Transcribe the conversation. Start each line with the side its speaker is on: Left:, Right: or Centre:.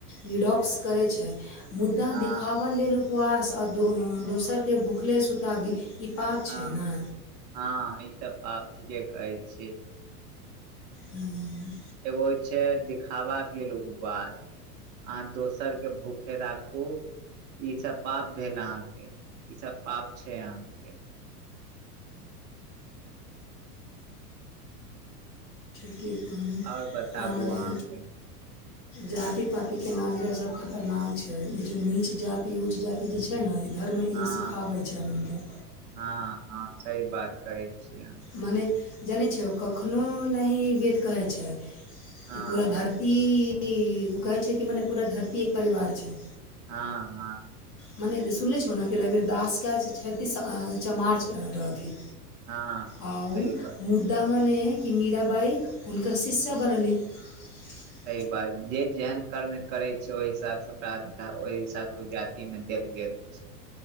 Left: डिडॉक्स करैत छै मुद्दा
Right: हँ
Left: दिखाब आ लेल उपवास आ दोसरके भुखले सुताबी ई पाप
Right: हँ
Left: छै ने
Right: हँ ई तऽ पाप ठीके कहै छी
Left: हुँ
Right: एगो छै दिखावा के लेल उपवास अहाँ दोसर के भूखे राखु ख ई सब पाप भेल अहाँके ई सब पाप छै अहाँके
Left: की कहल
Right: और बताबू
Left: आ मने
Right: अहाँके
Left: जाति पतिके मानके सभ खतरनाक छै ई जे नीच जाति ऊच जाति ई जे छै ने इ धर्म ई
Right: हँ
Left: सिखाबै छै आदमी कें
Right: हँ हँ सही बात कहै छियै आहा
Left: मने जनै छियौ कखननो नहि वेद कहै छै
Right: हँ
Left: कि पूरा धरती ओ कहै छै कि मने पूरा धरती एक परिवार छै
Right: हँ हाँ
Left: मने जे सुनने छौ ने कि रविरदासके छतीस चमार रहथि
Right: हँ हँ
Left: आओ
Right: सही बात
Left: मुद्दा मनेइ कि मीराबाइ हुनकर शिष्या बनली <unintelligible>
Right: त बाइ जे जेहन कर्म करे छै ओहि हिसाब से ओकरा ओहि हिसाब से ओ जाति में देल गेल छै छै